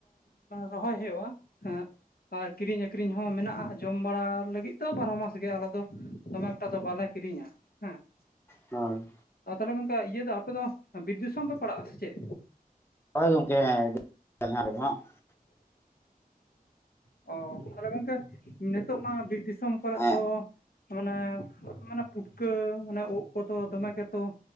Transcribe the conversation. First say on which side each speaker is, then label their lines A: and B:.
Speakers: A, on the left; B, on the left.
A: ᱨᱚᱦᱚᱭ ᱦᱩᱭᱩᱜᱼᱟ ᱦᱮᱸ ᱾ ᱟᱨ ᱠᱤᱨᱤᱧ ᱟᱹᱠᱷᱨᱤᱧ ᱦᱚᱸ ᱢᱮᱱᱟᱜᱼᱟ ᱡᱚᱢ ᱵᱟᱲᱟ ᱞᱟᱹᱜᱤᱫ ᱛᱚ ᱵᱟᱨᱚ ᱢᱟᱥ, ᱜᱮ ᱟᱞᱮ ᱫᱚ ᱫᱚᱢᱮ ᱮᱠᱴᱟ ᱫᱚ ᱵᱟᱞᱮ ᱠᱤᱨᱤᱧᱟ ᱦᱮᱸ ᱾
B: ᱦᱳᱭ,
A: ᱛᱟᱦᱚᱞᱮ ᱜᱚᱝᱠᱮ ᱤᱭᱟᱹ ᱫᱚ ᱟᱯᱮ ᱫᱚ ᱵᱤᱨ ᱫᱤᱥᱚᱢ ᱯᱮ ᱯᱟᱲᱟᱜᱼᱟ ᱥᱮ ᱪᱮᱫ?
B: ᱦᱳᱭ ᱜᱚᱢᱠᱮ ᱾ <unintelligible>
A: ᱚ ᱛᱟᱦᱞᱮ ᱜᱚᱝᱠᱮ ᱱᱤᱛᱚᱜ ᱢᱟ ᱵᱤᱨ ᱫᱤᱥᱚᱢ ᱠᱚᱨᱮᱜ
B: ᱦᱮᱸ
A: ᱛᱚ, ᱢᱟᱱᱮ ᱢᱟᱱᱮ ᱯᱩᱴᱠᱟᱹ ᱢᱟᱱᱮ ᱩᱫ ᱠᱚᱫᱚ ᱫᱚᱢᱮ ᱜᱮᱛᱚ